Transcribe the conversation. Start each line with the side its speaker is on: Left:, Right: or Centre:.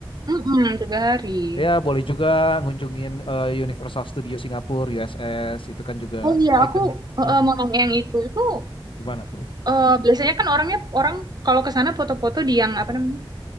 Right: Mm-mm, tiga hari.
Left: Ya boleh juga ngunjungin eh, Universal Studio Singapura USS itu kan juga
Right: Oh iya,
Left: ikonik.
Right: aku eh,
Left: Hmm,
Right: eh, mau nanya yang itu. Itu
Left: gimana tuh?
Right: eh, biasanya kan orangnya orang kalau ke sana foto-foto di yang apa namanya?